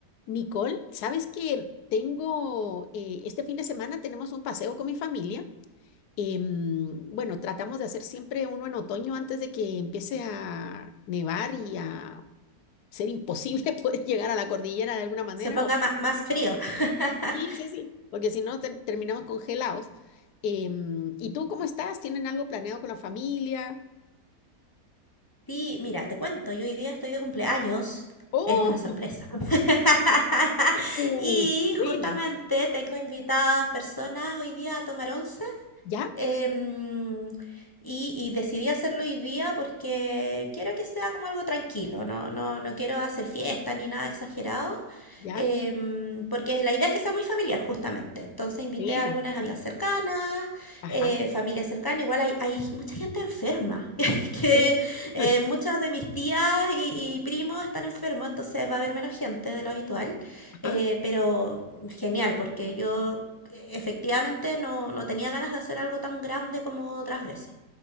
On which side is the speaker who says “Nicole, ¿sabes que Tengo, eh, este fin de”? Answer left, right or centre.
Left